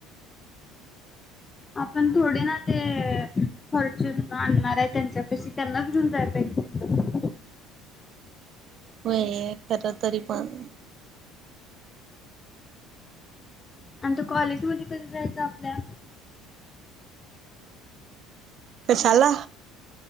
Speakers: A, on the left (about 25°); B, on the right (about 50°).
A: आपण थोडे ना ते फॉर्चून आणणार हाय त्यांच्या पशी, त्यांनाच घेऊन जायला पाहिजे. तिथं
B: होय एक तर तरी पण
A: आणि तो कॉलेज मध्ये कधी जायचा आपल्या
B: कशाला